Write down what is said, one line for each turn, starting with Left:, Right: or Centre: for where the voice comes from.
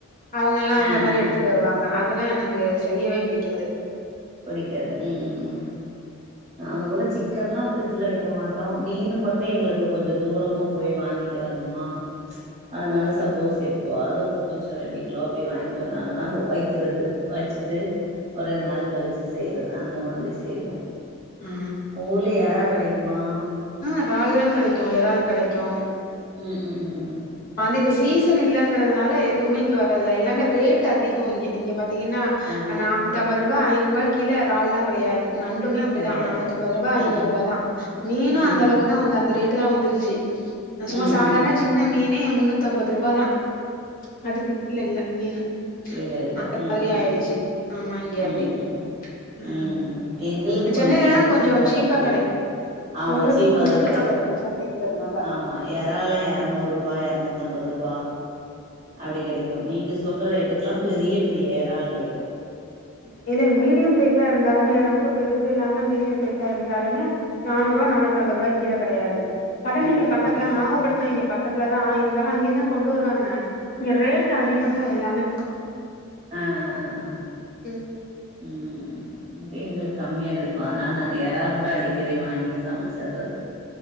Left: அவுங்கல்லா
Right: ஆ
Left: அந்த மாரி
Right: ஆ
Left: எடுத்துட்டு
Right: ஆ
Left: வருவாங்க அதெல்லா எனக்கு செய்யவே பிடிக்காது
Right: புடிக்காது ம் உம் உம் நாங்க கூட சிக்கன் எல்லா ஃபிரிட்ஜ்ல வைக்க மாட்டோம் மீனு மட்டு எங்களுக்கு கொஞ்ச தூரமா போய் வாங்கிட்டு வரணுமா அதனால சப்போஸ் எப்போ அது கொஞ்சோ ரெண்டு கிலோ அப்படி வாங்கிட்டு வந்தாங்கன்னா வைக்கிறது வச்சுட்டு ஒரு நாள் கழிச்சு செய்யறது அந்த மாதிரி செய்வோ
Left: ஆ
Right: உங்கஊர்ல எறா கெடைக்குமா
Left: இறால்லாம் கெடைக்கு இறால் கெடைக்கு
Right: ம் ம் ம் ம்
Left: அது இப்ப சீசன் இல்லைங்கிறதுனால எதுமே இங்க வரதில்ல எல்லாமே ரேட் அதிகோ இங்க இங்க பாத்தீங்கன்னா
Right: அதிகோ
Left: நானூத்தி ஐம்பது ரூபா ஐநூறுபா கிலோ இறால்லா கெடையாது நண் டுமே அப்டிதா
Right: கெடையாது
Left: நானூத்தி ஐம்பதுரூபா ஐநூறுபாதா
Right: ம் ம்
Left: மீனு
Right: ம்
Left: அந்த
Right: ம்
Left: அளவுக்குதா
Right: ம்
Left: வந்து அந்த ரேட்டு தா வந்துருச்சு நா சும்மா
Right: ம்
Left: சாதாரண
Right: ம் ம்
Left: சின்ன மீனே முன்னூத்தி ஐம்பது ரூபாதா அதுக்கு கீழ இல்ல மீனு
Right: இல்லல்ல
Left: அந்த
Right: ம்
Left: மாதிரி
Right: ம்
Left: ஆயிடுச்சு
Right: ம்
Left: ஆமா இங்க
Right: ம்
Left: அப்டி
Right: ம்
Left: ஆ
Right: ம் ம் எங்களுக்கு கொஞ்சோ
Left: சென்னைலலா
Right: இங்க
Left: கொஞ்சோ
Right: சீப்பாதா
Left: சீப்பா
Right: கெடைக்கு ஆமா
Left: உங்களுக்கு
Right: சீப்பாதா
Left: கொஞ்சோ சீப்பா
Right: கெடைக்கு
Left: சென்னைங்கிறதுனால
Right: ஆமா எறால்லா இரநூறுபா இரநூத்தம்பதுரூபா அப்டி கெடைக்கு நீங்க சொல்ற ரேட்டுக்குல்லா பெரிய பெரிய எறால் கெடைக்கு
Left: ம் இல்லைங்க மீடியம் சைஸா இருந்தாலுமே ரொம்ப பெருசு இல்லாம மீடியம் சைஸா இருந்தாலுமே நானூறுவா நானூத்தி அம்பது ரூபாய் கீழ கெடையாது கடல்
Right: கெடையாது
Left: இங்க பக்கத்துல
Right: ம்
Left: நாகப்பட்டினம் இங்க பக் பக்கத்துல தான் ஆ இருந்தாலு அங்க இருந்துதா கொண்டு வருவாங்க இங்க ரேட் அதிகதா எல்லாமே
Right: அ அ அ அ
Left: ம்
Right: ம் இங்க எங்களுக்கு கம்மியா கிடைக்கு அதனால நாங்க எறா கூட அடிக்கடி வாங்கி சமைச்சுட்றது